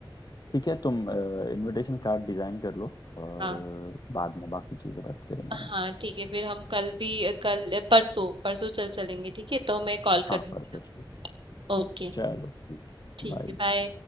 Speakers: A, on the left (about 55°); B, on the right (about 80°).
A: ठीक है तुम इनविटेशन कार्ड डिजाइन कर लो और
B: हाँ
A: बाद में बाकी चीज़ें बात करेंगे हम
B: हाँ ठीक है फिर हम कल भी कल परसों परसों चल चलेंगे ठीक है तो मैं कॉल करूँगी
A: हाँ परसों चलो
B: ओके
A: चलो ठीक
B: ठीक
A: बाय
B: है बाय